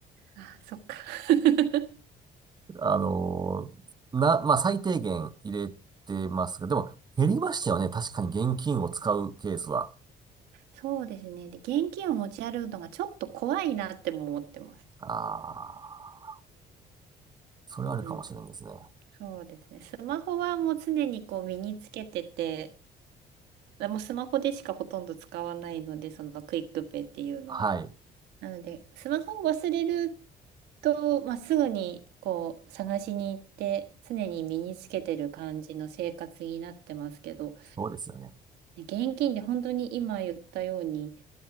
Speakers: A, on the right; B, on the right.
A: あ、そっか。<laughs>
B: <laughs> あのーな、まあ、最低限入れてますが、でも、減りましたよね。確かに現金を使うケースは。
A: そうですね。で、現金を持ち歩くのがちょっと怖いなっても思ってます。
B: ああ、それはあるかもしれないですね。
A: うん。そうですね。スマホはもう常にこう身につけてて、もうスマホでしかほとんど使わないので、そのクイックペイっていうのは。
B: はい。
A: なので、スマホを忘れると、まあ、すぐにこう探しに行って常に身につけてる感じの生活になってますけど、
B: そうですよね。
A: ね現金で本当に今言ったように